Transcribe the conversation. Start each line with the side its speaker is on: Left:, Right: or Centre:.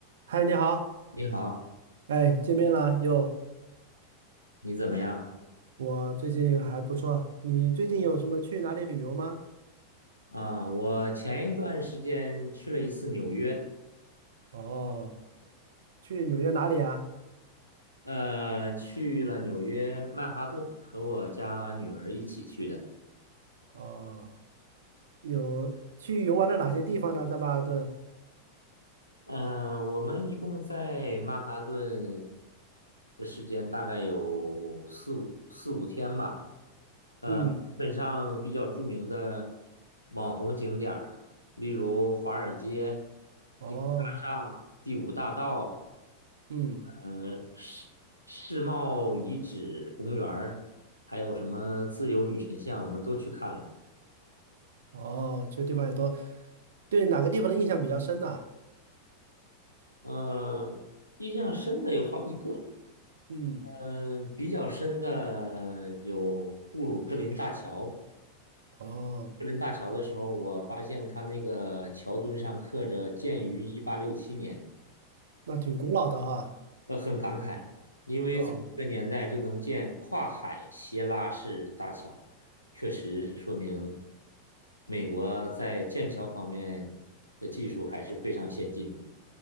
Right: 嗨，你好，
Left: 你好，
Right: 哎，见面了又，
Left: 你怎么样？
Right: 我最近还不错。你最近有什么去哪里旅游吗？
Left: 啊，我前一段时间去了一次纽约，
Right: 哦，去纽约哪里啊？
Left: 呃，去了纽约曼哈顿，和我家女儿一起去的。
Right: 哦，有去游玩了哪些地方呢？在曼哈顿？
Left: 嗯、我们一共在曼哈顿的时间大概有四五四五天吧。
Right: 嗯，
Left: 基本上比较著名的网红景点儿，例如华尔街、
Right: 哦，
Left: 第五大厦、第五大道。
Right: 嗯，
Left: 呃，世世贸遗址公园儿，还有什么自由女神像，我们都去看了。
Right: 哦，这地方也多。对哪个地方的印象比较深呢？
Left: 嗯、印象深的有好几个。
Right: 嗯，
Left: 嗯、比较深的有布鲁克林大桥。
Right: 哦，
Left: 布鲁克林大桥的时候，我发现它那个桥墩上刻着“建于一八六七年”，
Right: 那挺古老的哈。
Left: 呃，很感慨，因为在这个年代就能建跨海斜拉式大桥，
Right: 哦，
Left: 确实说明美国在建桥方面的技术还是非常先进的，